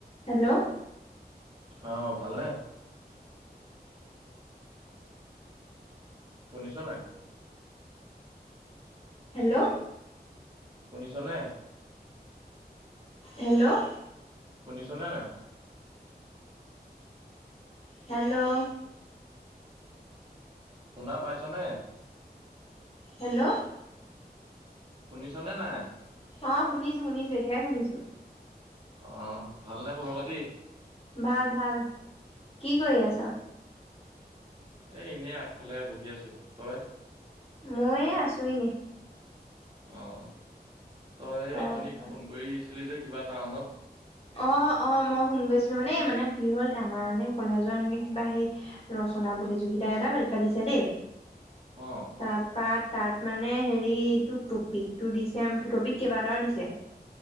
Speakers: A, on the left; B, on the right.
A: Hello
B: অ', ভালনে? শুনিছ নাই?
A: হেল্ল'
B: শুনিছ নে?
A: হেল্ল'
B: শুনিছনে নাই?
A: হেল্ল'!
B: শুনা পাইছনে?
A: হেল্ল'!
B: শুনিছনে নাই?
A: অ' শুনিছো, শুনিছো এতিয়াহে শুনিছো।
B: অ' ভালনে খবৰ খাতি?
A: ভাল, ভাল। কি কৰি আছ'?
B: এ এনেই আগফালে বহি আছো। তই?
A: মই এই আছো এনে।
B: অ' তই
A: তাৰপৰা
B: অথনি ফোন কৰিছিলি যে কিবা কাৰণত?
A: অ' অ' মই ফোন কৰিছিলো, মানে মানে কি হল আমাৰ মানে কলেজৰ এনেকে কিবা সেই ৰচনা প্ৰতিযোগিতা এটা পাতিছে দেই,
B: অ'
A: তাৰপা তাত মানে হেৰি, এইটো টপিকটো দিছে, টপিক কেইবাটাও দিছে।